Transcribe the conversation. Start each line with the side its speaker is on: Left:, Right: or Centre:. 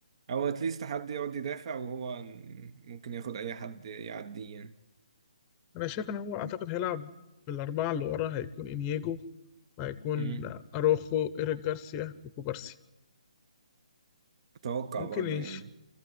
Right: او اتليست حد يقعد يدافع وهو ممكن ياخد اي حد يعديه يعني
Left: أنا شايف إن هو أعتقد هيلعب بالأربعة اللي ورا هيكون إنياجو وهيكون
Right: مم.
Left: آه، أروخو إيريك جارسيا وكوبارسي
Right: اتوقع
Left: ممكن
Right: برضو
Left: يش...
Right: يعني